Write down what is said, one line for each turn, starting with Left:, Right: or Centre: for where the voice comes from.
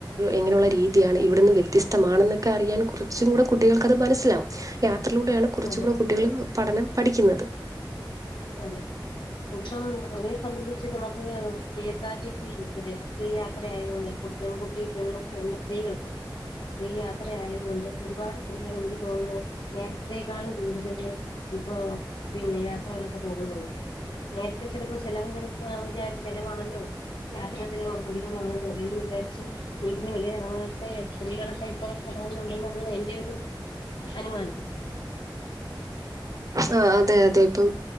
Right: എങ്ങനെയുള്ള രീതിയാണ് ഇവിടന്ന് വ്യത്യതമാണെന്നൊക്കെ അറിയാൻ കുറച്ചും കൂടെ കുട്ടികൾക്കത് മനസ്സിലാവും. യാത്രയിലൂടെയാണ് കുറച്ച
Left: അതെ
Right: കൂടെ കുട്ടികൾ പഠനം പഠിക്കുന്നത്.
Left: അതെ ഇപ്പം ഒേ സംബന്ധിച്ച് നമുക്ക് കെഎസ് ആർ ടി സി ബസില് ഫ്രീ യാത്ര ആയത് കൊണ്ട് ഇപ്പം പെൺകുട്ടി പെൺ പി സ്ത്രീകൾക്ക് സ്ത്രീ യാത്രയായത്കൊണ്ട് ഒരുപാട് സ്ത്രീകൾ എനിക്ക് തോന്നുന്നത് നേരതെത്തേക്കാളും കൂടുതല് ഇപ്പൊ പിന്നെ യാത്രകളൊക്കെ പോകുന്നുള്ളൂ യാത്ര ചിലപ്പോ ചെലവര് വിചാരിക്കും ചെലവ് ആണ് അല്ലോ യാത്ര ചിലവ അധികമാണ് രോഗിയന്ന് വിചാരിച്ച് വീട്ടിന് വെളി ഇറങ്ങാത്തെ സ്ത്രീകളൊക്കെ ഇപ്പ ടുന്നുണ്ടെന്നാണ് എന്റെ ഒരു അനുമാനം
Right: ആ അതെ അതെ ഇപ്പം